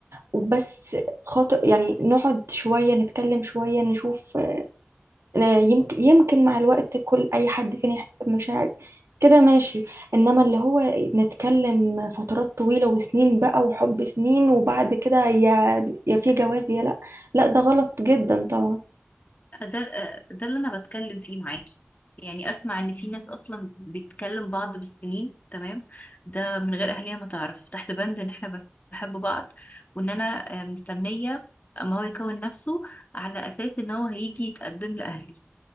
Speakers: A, on the right; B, on the left.
A: وبس خاطر يعني نقعد شويه نتكلم شويه نشوف يمكن يمكن مع الوقت كل اي حد فينا يحس بمشاعر كده ماشي انما اللي هو نتكلم فترات طويلة وسنين بقى وحب سنين وبعد كده يا يا في جواز يا لا لا ده غلط جدا طبعا
B: ده ده اللي انا بتكلم فيه معاكي يعني اسمع ان في ناس اصلا بتكلم بعض بالسنين تمام ده من غير اهلها ما تعرف تحت بند ان احنا بنحب بعض وان انا آه، مستنيه اما هو يكون نفسه على اساس ان هو هيجي يتقدم لاهلي